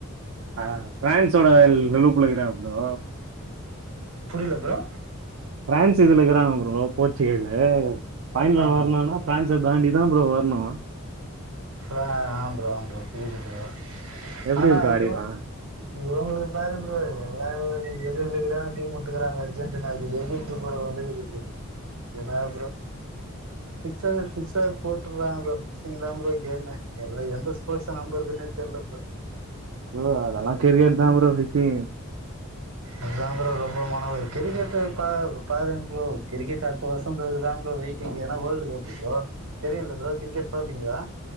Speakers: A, on the right (about 60°); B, on the right (about 75°).
A: அ ஃபிரான்ஸோட லூப்புள்ளகிறா ப்ரோ
B: புரியில ப்ரோ
A: ஃபிரான்ஸ் இதுல இக்குறாங்க ப்ரோ போர்ச்சுகல்லு பைனல
B: ஆ
A: வரனுனா
B: ப்ரோ
A: ஃப்ரான்ஸ தாண்டி தா ப்ரோ வர்ணு
B: ஆ ஆம்ப்ரோ ஆம்பப்ரோ புரியது ப்ரோ
A: எப்படி
B: ஆனா
A: ப்ரோ
B: ஐயோ
A: ஆடிடலாம்
B: இவுங்களுக்கு பாரு ப்ரோ எல்லாரு எதிரெதிரா டீம் வுட்டுகுறாங்க அர்ஜென்டினா <unintelligible> <unintelligible> என்னா ப்ரோ சிக்சர் சிக்சர் போட்டுறாங்க ப்ரோ <unintelligible> ல்ல எந்த ஸ்போட்ஸ நம்பறதுன்னு தெர்ல ப்ரோ
A: ப்ரோ அதெல்லா
B: அது
A: கிரிக்கெட் தா ப்ரோ ஃபிக்ஸிங்கு
B: அதா ப்ரோ ரொம்ப மனவருத் கிரிக்கெட் பா பாருங் ப்ரோ கிரிக்கெட் அடுத்த வருஷம் தா ப்ரோ வெயிட்டிங் ஏன்னா வேர்ல்ட் கப் பு ப்ரோ தெரியில ப்ரோ கிரிக்கெட் பாப்பீங்களா